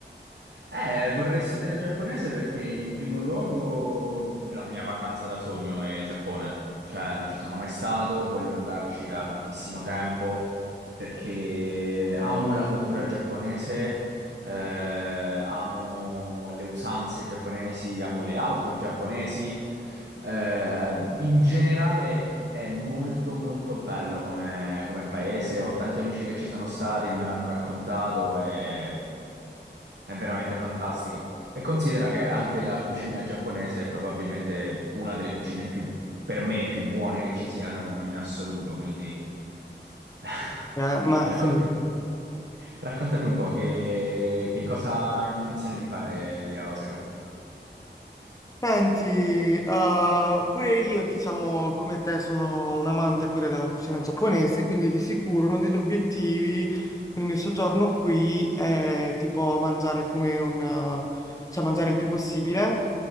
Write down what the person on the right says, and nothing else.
Eh, vorrei studiare il giapponese perché in primo luogo la mia vacanza da sogno è il Giappone. Cioè, non ci sono mai stato, voglio andarci da tantissimo tempo perché amo la cultura giapponese, eh, amo le usanze giapponesi, amo le auto giapponesi. Eh, in generale è molto molto bello come, come paese. Ho tanti amici che ci sono stati e me l'hanno raccontato e è veramente fantastico. E considera che anche la cucina giapponese è probabilmente una delle cucine più, per me, più buone che ci siano in assoluto. Quindi <laughs>
raccon- raccontami un po' che, che cosa hai intenzione di fare lì a Osaka.